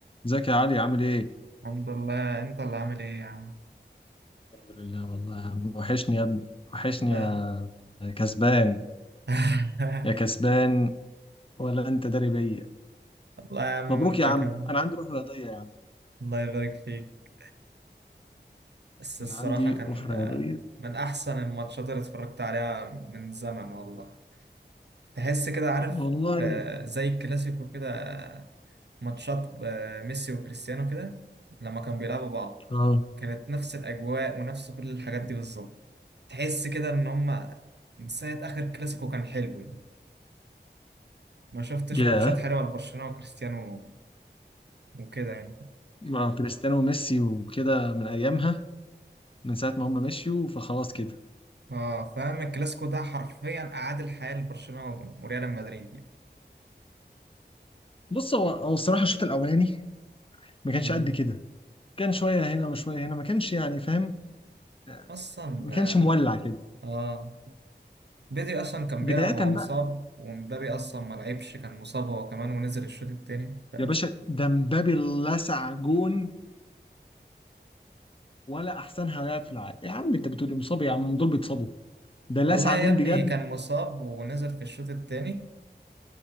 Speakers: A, on the left; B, on the right.
A: ازيك يا علي عامل ايه؟
B: الحمد لله انت اللي عامل ايه يا عم
A: الحمد لله والله يا عم وحشني يا ابني وحشني
B: الله
A: يا يا كسبان
B: <laughs>
A: يا كسبان ولا انت داري بيا
B: الله يا عم
A: مبروك
B: انت
A: يا عم
B: كمان
A: انا عندي روح رياضية يا عم
B: الله يبارك فيك بس الصراحة
A: انا عندي
B: كان
A: روح رياضية
B: آه، من احسن الماتشات اللي اتفرجت عليها من زمن والله تحس كده عارف
A: والله
B: آه، زي الكلاسيكو كده آه، ماتشات آه، ميسي وكريستيانو كده لما كانوا بيلعبوا بعض
A: اه
B: كانت نفس الاجواء ونفس كل الحاجات دي بالظبط تحس كده ان هما من ساعة اخر كلاسيكو كان حلو يعني ما شفتش
A: ياه
B: ماتشات حلوة لبرشلونة وكريستيانو وكده يعني
A: مع كريستيانو وميسي وكده من ايامها من ساعة ما هم مشيوا فخلاص كده
B: اه فاهم الكلاسيكو ده حرفيا اعاد الحياه لبرشلونه وريال مدريد يعني
A: بص هو هو الصراحة الشوط الاولاني ما كانش
B: مم.
A: قد كده كان شوية هنا وشوية هنا ما كانش يعني فاهم آه،
B: اصلا
A: ما كانش مولع كده
B: اه بدري اصلا كان
A: بداية
B: بيلعب وهو
A: بقى
B: مصاب ومبابي اصلا ما لعبش كان مصاب هو كمان ونزل الشوط التاني ف...
A: يا باشا ده مبابي لسع جون ولا احسنها لاعب في العالم يا عم انت بتقول إيه؟ مصاب يا عم دول بيتصابوا ده لسع
B: والله يا
A: جون
B: ابني
A: بجد
B: كان مصاب ونزل في الشوط التاني